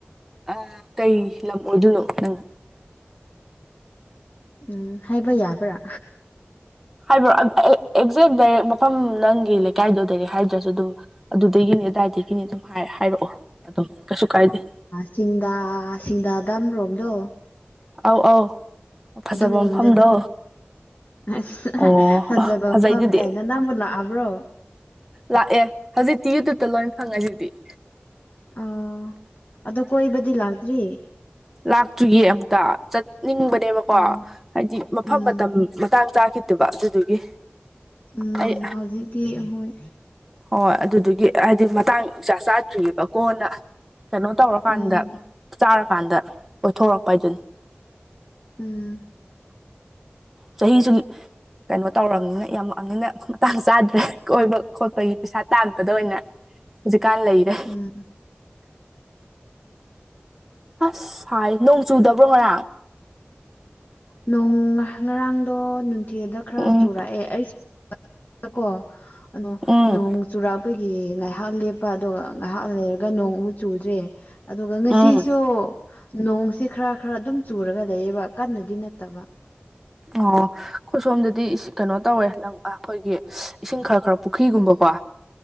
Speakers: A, in the centre; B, on the left.
A: ꯑ ꯀꯩ ꯂꯝ ꯑꯣꯢꯗꯣꯏꯅꯣ ꯅꯪ
B: ꯎꯝ ꯍꯥꯏꯕ ꯌꯥꯕ꯭ꯔꯥ
A: ꯍꯥꯏꯕ ꯑꯕ ꯑꯦꯛ ꯑꯦꯛꯖꯦꯛ ꯗꯥꯏꯔꯦꯛ ꯃꯐꯝ ꯅꯪꯒꯤ ꯂꯩꯀꯥꯏꯗꯣ ꯗꯩꯔꯦꯛ ꯍꯥꯏꯗ꯭ꯔꯖꯨ ꯗꯨꯝ ꯑꯗꯨꯗꯩꯒꯤꯅꯤ ꯑꯗꯨꯗꯥꯏꯗꯒꯤꯅꯤ ꯑꯗꯨꯝ ꯍꯥꯏ ꯍꯥꯏꯔꯛꯑꯣ ꯑꯗꯨꯝ ꯀꯩꯁꯨ ꯀꯥꯏꯗꯦ
B: ꯆꯤꯡꯗꯥ ꯁꯤꯡꯗꯥ ꯗꯥꯝ ꯔꯣꯝꯗꯣ
A: ꯑꯧ ꯑꯧ ꯐꯖꯕ
B: ꯑꯗꯨꯔꯣꯝꯗꯅꯤ
A: ꯃꯐꯝꯗꯣ
B: ꯑꯁ ꯑꯍꯥ
A: ꯑꯣ
B: ꯐꯖꯕ
A: ꯐꯖꯩꯗꯨꯗꯤ
B: ꯃꯐꯝ ꯀꯩꯅ ꯅꯝꯕꯨ ꯂꯥꯑꯕ꯭ꯔꯣ
A: ꯂꯥꯑꯦ ꯍꯧꯖꯤꯛꯇꯤ ꯌꯨꯇꯨꯞꯇ ꯂꯣꯏ ꯐꯪꯉꯖꯤꯗꯤ
B: ꯑꯣ ꯑꯗꯣ ꯀꯣꯏꯕꯗꯤ ꯂꯥꯛꯇ꯭ꯔꯤ
A: ꯂꯥꯛꯇ꯭ꯔꯤꯌꯦ ꯑꯃꯨꯛꯇ ꯆꯠꯅꯤꯡꯕꯅꯦꯕꯀꯣ
B: ꯑꯣ
A: ꯍꯥꯏꯗꯤ ꯃꯐꯝ
B: ꯎꯝ
A: ꯃꯇꯝ ꯃꯇꯥꯡ ꯆꯈꯤꯗꯕ ꯑꯗꯨꯗꯨꯒꯤ
B: ꯎꯝ
A: ꯑꯩ
B: ꯍꯧꯖꯤꯛꯇꯤ ꯍꯣꯏ
A: ꯍꯣꯏ ꯑꯗꯨꯗꯨꯒꯤ ꯍꯥꯏꯗꯤ ꯃꯇꯥꯡ ꯏꯆꯥ ꯆꯥꯗ꯭ꯔꯤꯑꯦꯕ ꯀꯣꯟꯅ ꯀꯩꯅꯣ ꯇꯧꯔꯀꯥꯟꯗ
B: ꯎꯝ
A: ꯆꯥꯔꯀꯥꯟꯗ ꯀꯣꯏꯊꯣꯔꯛꯄ ꯍꯥꯏꯗꯨꯅꯤ
B: ꯎꯝ
A: ꯆꯍꯤꯁꯨꯝ ꯀꯩꯅꯣ ꯇꯧꯔꯕꯅꯤꯅ ꯌꯥꯝꯃꯛꯑꯕꯅꯤꯅ ꯃꯇꯥꯡ ꯆꯥꯗ꯭ꯔꯦ ꯀꯣꯏꯕ ꯈꯣꯠꯄꯒꯤ ꯄꯩꯁꯥ ꯇꯥꯟꯕꯗ ꯑꯣꯏꯅ ꯍꯧꯖꯤꯛꯀꯥꯟ ꯂꯩꯔꯦ
B: ꯎꯝ
A: ꯑꯁ ꯁꯥꯏ ꯅꯣꯡ ꯆꯨꯗꯕ꯭ꯔꯣ ꯉꯔꯥꯡ
B: ꯅꯣꯡ ꯉꯔꯥꯡꯗꯣ ꯅꯨꯡꯊꯤꯗ ꯈꯔ
A: ꯎꯝ
B: ꯆꯨꯔꯛꯑꯦ ꯑꯩ ꯗꯀꯣ ꯑꯗꯣ
A: ꯎꯝ
B: ꯅꯣꯡ ꯆꯨꯔꯥꯛꯄꯒꯤ ꯉꯥꯏꯍꯥꯛ ꯂꯦꯞꯄ ꯑꯗꯨꯒ ꯉꯥꯏꯍꯥꯛ ꯂꯩꯔꯒ ꯅꯣꯡꯃꯨꯛ ꯆꯨꯗ꯭ꯔꯦ ꯑꯗꯨꯒ ꯉꯁꯤꯁꯨ
A: ꯎꯝ
B: ꯅꯣꯡꯁꯦ ꯈꯔ ꯈꯔ ꯑꯗꯨꯝ ꯆꯨꯔꯒ ꯂꯩꯌꯦꯕ ꯀꯟꯅꯗꯤ ꯅꯠꯇꯕ
A: ꯑꯣ ꯑꯩꯈꯣꯏ ꯁꯣꯝꯗꯗꯤ ꯀꯩꯅꯣ ꯇꯧꯋꯦ ꯑꯩꯈꯣꯏꯒꯤ ꯏꯁꯤꯡ ꯈꯔ ꯈꯔ ꯄꯨꯈ꯭ꯔꯤꯒꯨꯝꯕꯀꯣ